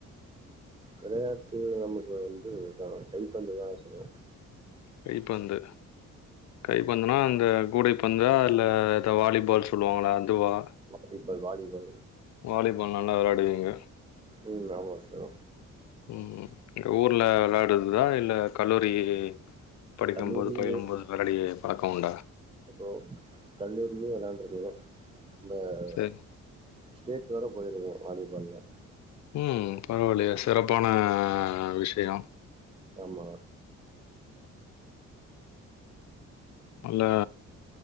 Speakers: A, on the right; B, on the left.
A: விளையாட்டு நமக்கு வந்து இதுதா கைபந்து தா சகோ
B: கைபந்து கை பந்துனா இந்த கூடைபந்தா இல்ல இத வாலிபால் சொல்லுவாங்களா அதுவா
A: வாலிபால் வாலிபால்
B: வாலிபால் நல்லா வெளாடுவீங்க
A: ம் ஆமா சகோ
B: ம் ஊர்ல விளாடுறதுதா இல்ல கல்லூரி படிக்கும்போது
A: கல்லூரியிலேயே
B: பகிலும் போது விளாடி பழக்க உண்டா
A: ப்ரோ கல்லூரியில விளாண்ட்ருக்கங்க நம்ப
B: செரி
A: ஸ்டேட் வர போயிருக்கே வாலிபால்ல
B: ம் பரவாயில்லயே சிறப்பான விஷயோ
A: ஆமா
B: அல்லா